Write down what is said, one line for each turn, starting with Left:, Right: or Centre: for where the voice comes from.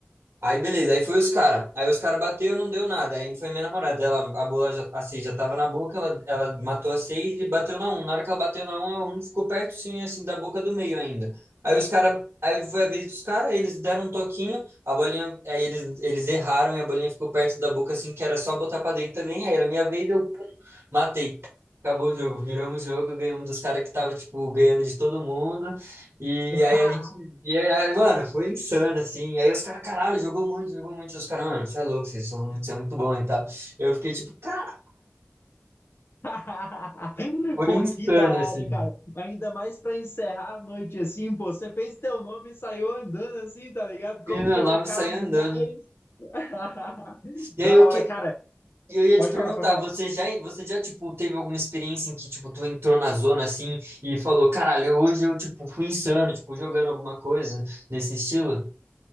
Right: Aí beleza, aí foi os cara. Aí os cara bateu, não deu nada. Aí foi minha namorada, ela a bola já assim já tava na boca, ela, ela matou a seis e bateu na um. Na hora que ela bateu na um, a um ficou pertinho assim da boca do meio ainda. Aí os cara, aí foi a vez dos cara, eles deram um toquinho, a bolinha, aí eles eles erraram e a bolinha ficou perto da boca assim que era só botar pra dentro também. Aí era minha vez, eu pum, matei. Acabou o jogo, viramos o jogo, ganhamos dos cara que tava tipo ganhando de todo mundo. E
Left: <laughs>
Right: aí a gente, e aí, mano, foi insano, assim. Aí os caras, caralho, jogou muito, jogou muito. Os caras, mano, você é louco, vocês são, muito- você é muito bom e tal. Eu fiquei tipo, caralho,
Left: <laughs>
Right: foi
Left: Pô,
Right: insano,
Left: que da hora,
Right: assim.
Left: hein, cara? Ainda mais pra encerrar a noite assim, pô. Você fez teu nome e saiu andando assim, tá ligado?
Right: Fiz
Left: Como
Right: meu
Left: que é
Right: nome
Left: o cara
Right: e saí andando.
Left: mais. <laughs>
Right: E
Left: Da
Right: aí eu
Left: hora,
Right: que.
Left: cara.
Right: Eu ia
Left: Pode
Right: te perguntar,
Left: falar, pode falar.
Right: você já, você já, tipo, teve alguma experiência em que, tipo, tu entrou na zona, assim, e falou, caralho, hoje eu, tipo, fui insano, tipo, jogando alguma coisa nesse estilo?